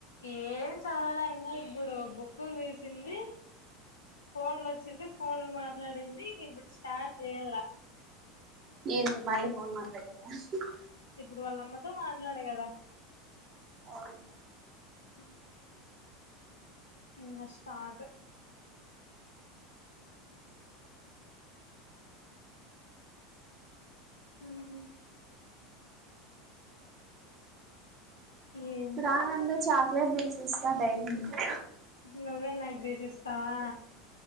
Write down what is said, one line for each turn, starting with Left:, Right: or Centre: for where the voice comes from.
Left: ఏం చదవల ఇంకా ఇప్పుడు బుక్కులు తీసింది ఫోన్లు వచ్చింటే ఫోన్లు మాట్లాడింది ఇంగ ఇప్పుడు స్టార్ట్ చేయాల
Right: ఏన్ మళ్ళీ ఫోన్ మాట్లాడదామా అని చూస్తున్నా
Left: ఇప్పుడు వాళ్ళమ్మతో మాట్లాడే కదా
Right: అవును
Left: అ ఇంగ స్టార్ట్ ఉం ఏందో
Right: రాా నందు
Left: ఇగ
Right: చాక్లెట్ తీసిస్తా డైరీమిల్క్
Left: నువ్వే నాకు తీసీస్తావా